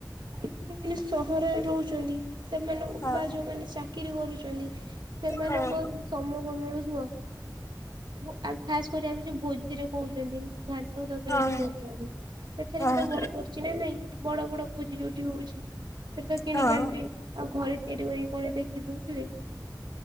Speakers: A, on the right; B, on the left.
A: ଆଉ ଯୋଉମାନେ ସହରରେ ରହୁଛନ୍ତି ସେମାନଙ୍କୁ
B: ହଁ।
A: ବା ଯୋଉମାନେ ଚାକିରୀ କରୁଚନ୍ତି ସେମାନଙ୍କୁ
B: ହଁ।
A: ଆଉ ସମୟ କଣ ମିଳୁଥିବ? ଖାସ କରି ଆମେ ଯୋଉ ଭୋଜିରେ କହୁଛନ୍ତି ଘାଣ୍ଟ ତର
B: ହଁ
A: ଯୋଉ କରୁ ସେଥିରେ
B: ହଁ।
A: ବି ତ ବଡି ପଡୁଚି ନା ନାହିଁ ବଡ଼ ବଡ଼ ଭୋଜି ଯୋଉଠି ହଉଚି। ସେଠି ତ କିଣିକି
B: ହଁ।
A: ଆଣିଥିବେ ଆଉ ଘରେ ତିଆରି କରିକି କଣ ଦେଖି ଦଉଥିବେ।